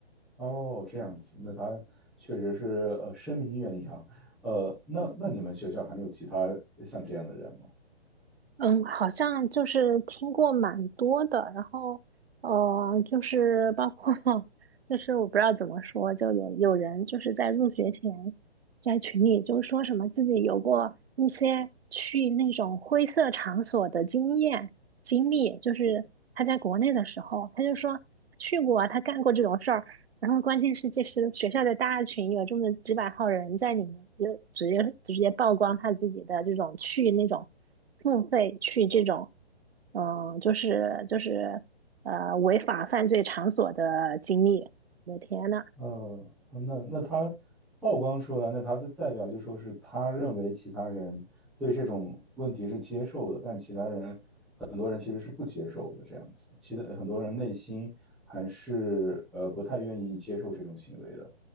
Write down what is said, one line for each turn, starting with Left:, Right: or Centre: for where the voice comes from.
Centre: 哦，这样子，那他确实是呃声名远扬。呃，那那你们学校还有其他像这样的人吗？
Right: 嗯，好像就是听过蛮多的，然后呃，就是包括 <laughs> 就是我不知道怎么说，就有有人就是在入学前在群里就说什么自己有过一些去那种灰色场所的经验经历，就是他在国内的时候，他就说去过啊，他干过这种事儿，然后关键是这是学校的大群，有这么几百号人在里面，就直接直接曝光他自己的这种去那种。付费去这种，嗯，就是就是呃违法犯罪场所的经历。我的天呐，
Centre: 呃，嗯那那他曝光出来，那他的代表就说是他认为其他人对这种问题是接受的，但其他人很多人其实是不接受的这样子，其他很多人内心还是呃不太愿意接受这种行为的。